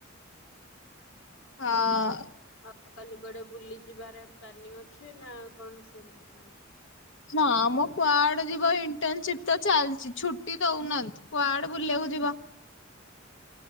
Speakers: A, on the left; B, on the left.
A: ହଁ।
B: ଆଉ କାଲି କୁଆଡେ ବୁଲି ଯିବାର ପ୍ଲାନିଂ ଅଛି ନା କଣ ସେମତି ଖାଲି
A: ନା ଆମ କୁଆଡେ ଯିବ ଇଣ୍ଟରନସିପ ତ ଚାଲିଛି ଛୁଟି ଦଉନାହାନ୍ତି କୁଆଡେ ବୁଲିବାକୁ ଯିବା?